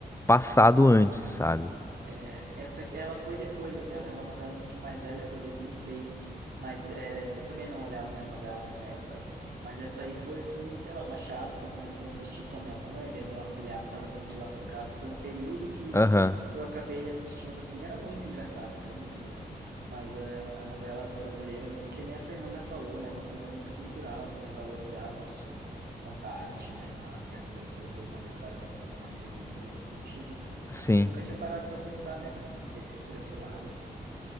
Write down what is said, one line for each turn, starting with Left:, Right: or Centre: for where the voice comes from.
Left: passado antes, sabe?
Right: É, essa aqui, ela foi depois até, ela é uma novela um pouquinho mais velha, foi 2006, mas é, eu também não olhava mais novela nessa época, mas essa aí foi assim, sei lá, um achado que eu comecei a assistir com a minha mãe, daí meu afilhado estava sempre lá por casa, foi um período que,
Left: Aham.
Right: que eu acabei assistindo, assim, era muito engraçado, cara, muito boa. Mas é, as novelas brasileiras, assim, que nem a Fernanda falou, né, uma coisa muito cultural, assim, de valorizar o nosso, nossa arte, né, a Fernanda Torres deu uma declaração, uma entrevista nesse sentido, né,
Left: Sim.
Right: e eu nunca tinha parado para pensar, né, desse, por esse lado, assim.